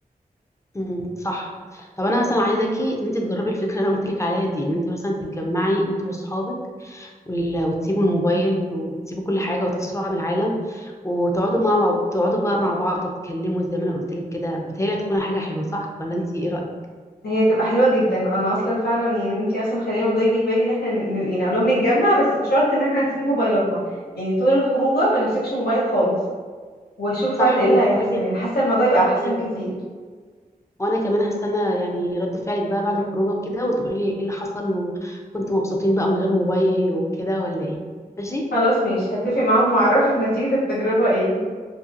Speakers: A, on the left (about 20°); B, on the left (about 85°).
A: امم صح طب انا مثلا عايزاكي ان انت تجربي الفكره اللي انا قلت لك عليها دي ان انت مثلا تتجمعي انت واصحابك وال- وتسيبوا الموبايل وتسيبوا كل حاجة وتفصلوا عن العالم وتقعدوا مع مع- تقعدوا بقى مع بعض وتتكلموا زي ما انا قلت لك كده بتهيألي هتكون حاجة حلوة صح ولا انت ايه رأيك
B: هي تبقى حلوه جدا انا اصلا فعلا يعني انتي اصلا خلينا الموضوع يجي في بالي ان احنا ن- ن- يعني اقول لهم نتجمع بس بشرط ان احنا نسيب موبايلاتنا يعني طول الخروجه ما نمسكش موبايل خالص واشوف
A: صح
B: فعلا ايه
A: وقولي
B: اللي هيحصل
A: لي
B: يعني حاسه الموضوع يبقى احسن
A: ايوه
B: كتير
A: وانا كمان هستنى يعني رد فعلك بقى بعد الخروجه وكده وتقولي لي ايه اللي حصل وكنتوا مبسوطين بقى من غير موبايل وكده ولا ايه ماشي
B: خلاص ماشي هتفق معاهم واعرفك نتيجه التجربه ايه